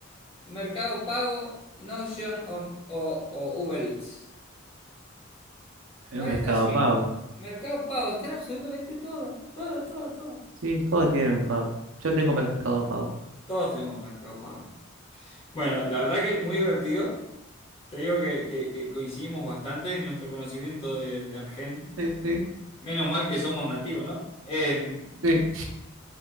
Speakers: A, on the left; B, on the right.
A: Mercado Pago, Notion o, o, o Uber Eats. ¿Cuál
B: el Mercado
A: está siempre?
B: Pago.
A: Mercado Pago, están absolutamente todas, todas, todas, todas.
B: Sí, todos tienen pago. Yo tengo Mercado Pago.
A: Todos tenemos Mercado Pago. Bueno, la verdad que muy divertido. Te digo que, que- que coincidimos bastante en nuestro conocimiento de, de Argent.
B: Sí, sí,
A: Menos mal que somos nativos, ¿no? Eh,
B: sí.